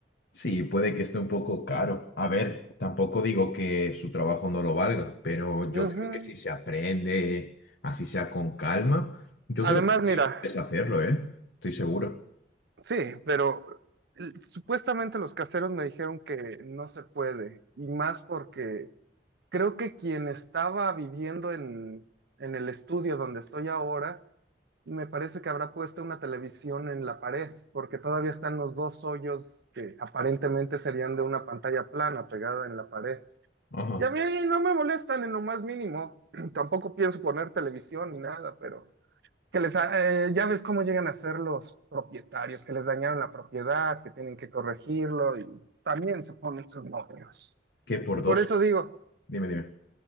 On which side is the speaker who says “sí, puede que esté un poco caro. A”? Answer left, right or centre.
Left